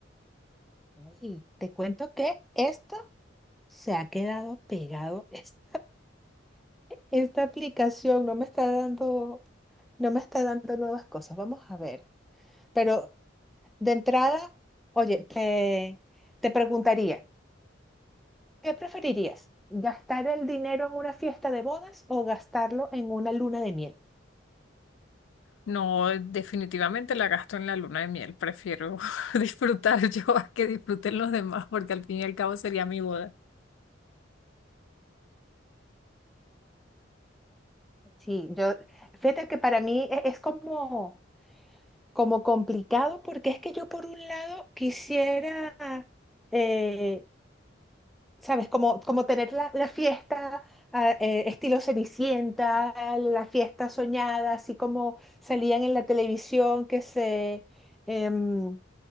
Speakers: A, in the centre; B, on the left.
A: ay, te cuento que esto... Se ha quedado pegado es- esta, aplicación, no me está dando, no me está dando nuevas cosas. Vamos a ver. Pero de entrada, oye, te, te preguntaría, ¿qué preferirías? ¿Gastar el dinero en una fiesta de bodas o gastarlo en una luna de miel?
B: no, definitivamente la gasto en la luna de miel, prefiero <laughs> disfrutar yo a que disfruten los demás, porque al fin y al cabo sería mi boda.
A: Sí, yo, fíjate que para mí e- es como, como complicado porque es que yo por un lado quisiera eh, ¿sabes? Como, como tener la, la fiesta ah, eh, estilo Cenicienta, la fiesta soñada, así como salían en la televisión que se, em, eh,